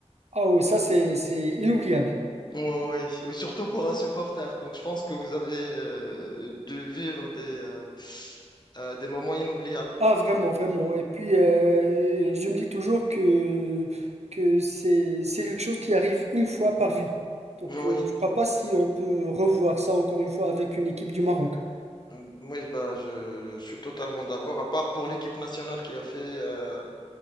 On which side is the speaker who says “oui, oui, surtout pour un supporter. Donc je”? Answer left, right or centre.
Left